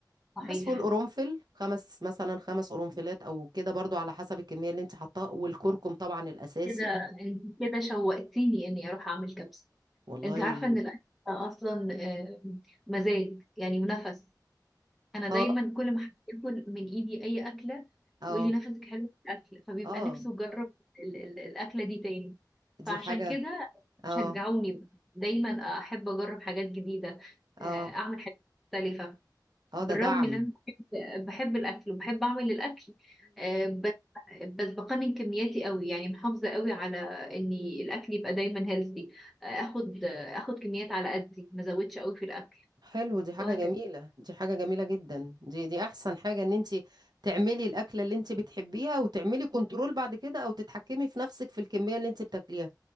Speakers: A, in the centre; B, on the right (about 65°).
A: صحيح
B: بس والقرنفل خمس مثلا خمس قرنفلات او كده برضو على حسب الكمية اللي انت حطاها والكركم طبعا الاساسي
A: كده انت كده شوقتيني اني اروح اعمل كبسه
B: والله
A: انت عارفه ان الاكل اصلا آه، مزاج يعني ونفس انا دايما
B: اه
A: كل ما حد ياكل من ايدي اي اكله
B: اه
A: يقول لي نفسك حلو في الاكل فبيبقى
B: اه
A: نفسه يجرب ال- ال- الاكله دي تاني
B: دي
A: فعشان
B: حاجة
A: كده
B: اه
A: شجعوني بقى. دايما احب اجرب حاجات جديده
B: اه
A: آه، اعمل حاجات مختلفه
B: اه
A: بالرغم
B: ده دعم
A: ان انا بحب, بحب الاكل وبحب اعمل الاكل آه، بس بس بقنن كمياتي قوي يعني محافظه قوي على اني الاكل يبقى دايما هيلثي اخد اخد كميات على قدي ما ازودش قوي في الاكل
B: حلو دي حاجة
A: وهكذا
B: جميلة دي حاجة جميلة جدا دي دي احسن حاجة ان انت تعملي الاكلة اللي انت بتحبيها وتعملي كنترول بعد كده او تتحكمي في نفسك في الكمية اللي انت بتاكليها